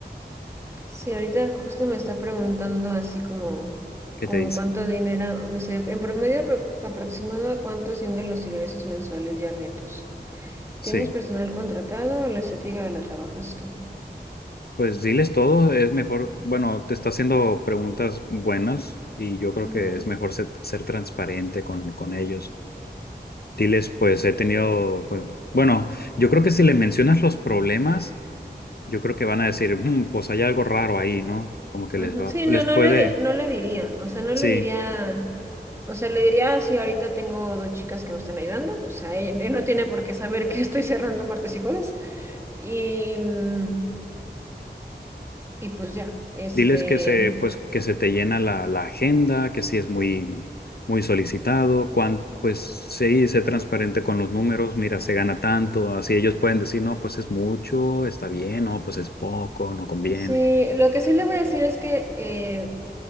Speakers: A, on the right; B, on the left.
A: Sí, ahorita justo me está preguntando así como,
B: ¿Qué
A: como
B: te dice?
A: cuánto dinero, me dice, en promedio apro- aproximado a cuánto ascienden los ingresos mensuales ya netos. ¿Tienes
B: Sí,
A: personal contratado o la estética la trabajas tú?
B: pues
A: Es-
B: diles todo, es mejor, bueno, te está haciendo preguntas buenas y yo creo
A: Ujú,
B: que es mejor ser, ser transparente con, con ellos. Diles, pues he tenido, pues, bueno, yo creo que si le mencionas los problemas, yo creo que van a decir, "Mm, pues hay algo raro ahí, ¿no? Como que
A: ujú.
B: les va,
A: Sí, no,
B: les
A: no
B: puede,
A: le, di- no le diría, o sea, no
B: sí,
A: le diría, o sea, le diría, "Ah, sí, ahorita tengo dos chicas que me están ayudando, o sea, ella, <laughs> él no tiene por qué saber que estoy cerrando martes y jueves, y, mm, y pues ya, este...
B: Diles que se, pues, que se te llena la, la agenda, que sí es muy, muy solicitado, cuán, pues sí, sé transparente con los números, mira, se gana tanto, así ellos pueden decir, no, pues es mucho, está bien, no, pues es poco, no conviene.
A: Sí, lo que sí le voy a decir es que, eh,